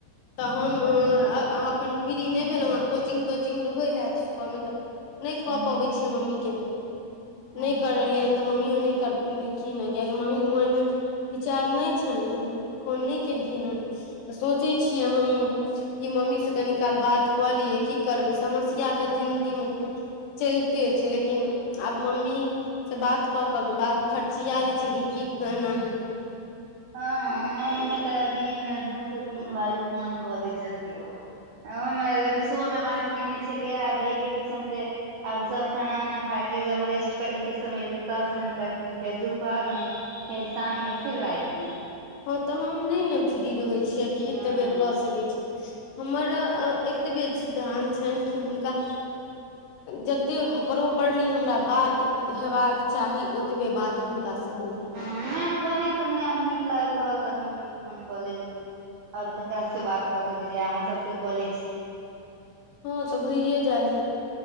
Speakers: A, on the left; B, on the right.
A: तऽ हम्म
B: अच्छा
A: अ आ अखन फ्री नय भेलो ह कोचिंग तोचिंग होय हैत सुबह में तऽ नय
B: हँ
A: कऽ पबै छियै मम्मी के नय
B: अच्छा
A: करैलियन तऽ मम्मीओ नय कर कीन कियाकी मम्मी के मोन मे बिचार नय छैन तऽ फोन नय केलखिन हन त सोचे छियै हमूँ ई मम्मी से कनी काल बात कऽ लियै की करबै समस्या तऽ जिन्दगी में चैलते छै लेकिन आब मम्मी से बात कऽ के बात फर्चिया ले छै कि की केना है
B: हँ माँ मम्मी तऽ दिनमे दू से तीन बारी फोन कऽ दै छथिन ओहोमे अभी सुभमे बात केने छलियै अभी एलियै ट्यूशन से आब सब खाना उना खा के जब रेस्ट करै के समय एयते तब फोन करथिन फेर दु दुपहर मे फेर शाम मे फिर राइत मे
A: हँ तऽ हम नय नै फ्री रहै छियै कि
B: मे हँ
A: एते बेर कऽ सकै छीय हमर अ एतबे सिद्धांत छैन कि हुनका जतेक प्रॉपरली हमरा बात हेबाक चाही ओ एतबे बात हुनका सेहो यऽ
B: नय मतलब अनाहितो नै आ नीक लगैत रहल तऽ मम्मी के फोन कऽ लेलहु और केकरा सऽ बात कऽ सकै छी अहाँ सबसे कऽ ले छी
A: हँ तऽ भइए जाए है